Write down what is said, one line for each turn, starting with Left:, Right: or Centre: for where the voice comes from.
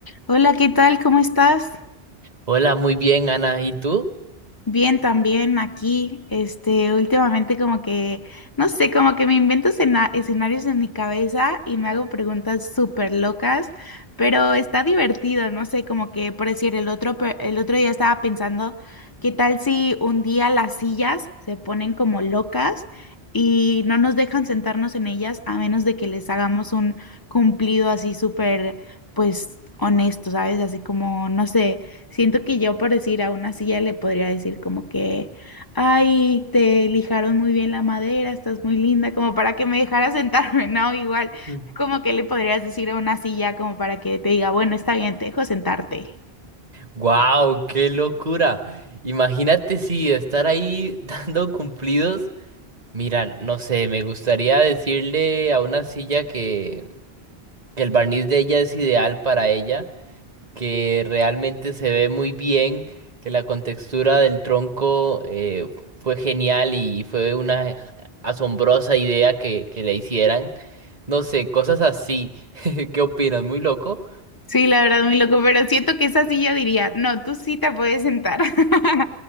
Left: Hola, ¿qué tal? ¿Cómo estás?
Right: Hola, muy bien, Ana. ¿Y tú?
Left: Bien, también aquí. Este, últimamente como que, no sé, como que me invento escena- escenarios en mi cabeza y me hago preguntas súper locas, pero está divertido, no sé, como que por decir, el otro, pe- el otro día estaba pensando, ¿qué tal si un día las sillas se ponen como locas y no nos dejan sentarnos en ellas a menos de que les hagamos un cumplido así súper, pues, honesto, ¿sabes? Así como, no sé. Siento que yo por decir a una silla le podría decir como que, ay, te lijaron muy bien la madera, estás muy linda, como para que me dejara sentarme, <laughs> ¿no? Igual,
Right: Mm.
Left: como que le podrías decir a una silla como para que te diga, bueno, está bien, te dejo sentarte.
Right: ¡Wow! ¡Qué locura! Imagínate si estar ahí <laughs> dando cumplidos. Mira, no sé, me gustaría decirle a una silla que el barniz de ella es ideal para ella, que realmente se ve muy bien, que la contextura del tronco eh, fue genial y fue una asombrosa idea que, que le hicieran. No sé, cosas así. <laughs> ¿Qué opinas? ¿Muy loco?
Left: Sí, la verdad, muy loco, pero siento que esa silla diría, no, tú sí te puedes sentar. <laughs>